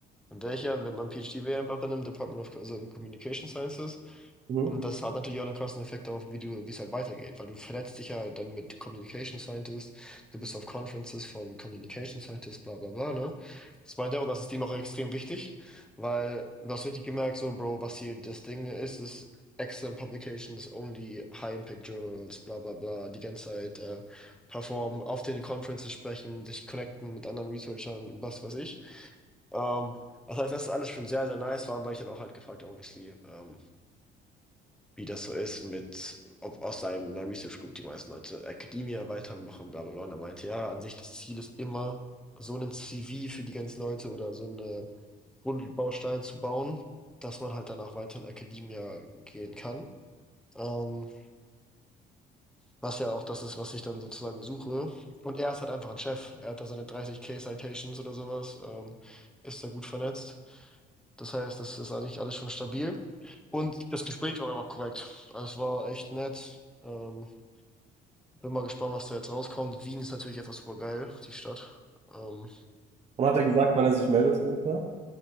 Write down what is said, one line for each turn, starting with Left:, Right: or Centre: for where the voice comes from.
Centre: und wäre ich ja, wenn mein PhD wäre einfach dann im Department of, also im Communication Sciences.
Right: Mhm.
Centre: Und das hat natürlich auch einen krassen Effekt darauf, wie du, wie es halt weitergeht, weil du vernetzt dich ja dann mit Communication Scientists, du bist auf Conferences von Communication Scientists, bla bla bla, ne? Das meint er auch, das ist dem auch extrem wichtig, weil du hast richtig gemerkt, so, Bro, was hier das Ding ist, ist excellent publications, only high impact journals, bla bla bla, die ganze Zeit äh, performen, auf den Conferences sprechen, dich connecten mit anderen Researchern, was weiß ich. Ähm, das heißt, das ist alles schon sehr, sehr nice, vor allem, weil ich dann auch halt gefragt habe, obviously, ähm, wie das so ist mit, ob aus seinem einer Research Group die meisten Leute Academia weitermachen, bla bla bla. Und er meinte, ja, an sich das Ziel ist immer, so einen CV für die ganzen Leute oder so eine Grundbaustein zu bauen, dass man halt danach weiter in Academia gehen kann. Ähm, was ja auch das ist, was ich dann sozusagen suche. Und er ist halt einfach ein Chef. Er hat da seine 30k Citations oder sowas, ähm, ist da gut vernetzt. Das heißt, das ist eigentlich alles schon stabil. Und das Gespräch war aber korrekt. Also es war echt nett. Ähm, bin mal gespannt, was da jetzt rauskommt. Wien ist natürlich einfach super geil, die Stadt. Ähm,
Right: Und hat er gesagt, wann er sich meldet, so ungefähr? <laughs>